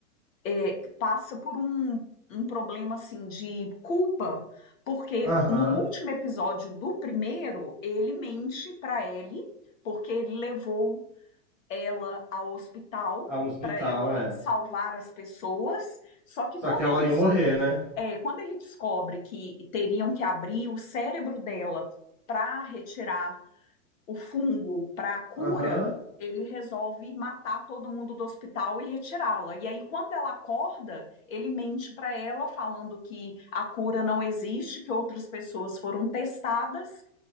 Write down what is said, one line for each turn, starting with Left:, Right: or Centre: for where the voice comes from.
Left: é, passa por um, um problema assim de culpa, porque
Centre: Aham.
Left: no último episódio do primeiro, ele mente para Ellie, porque ele levou ela ao hospital
Centre: ao hospital,
Left: para ela
Centre: é.
Left: salvar as pessoas. Só que
Centre: Só
Left: quando
Centre: que ela
Left: ele,
Centre: ia
Left: des-
Centre: morrer, né?
Left: é, quando ele descobre que teriam que abrir o cérebro dela para retirar o fungo para a cura,
Centre: Aham.
Left: ele resolve matar todo mundo do hospital e retirá-la. E aí, quando ela acorda, ele mente para ela, falando que a cura não existe, que outras pessoas foram testadas.